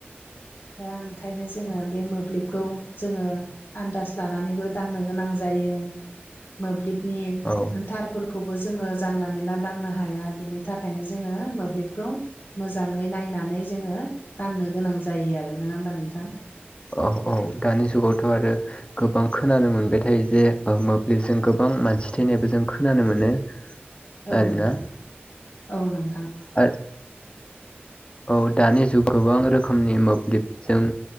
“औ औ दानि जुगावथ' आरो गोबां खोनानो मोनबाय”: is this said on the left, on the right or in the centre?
Left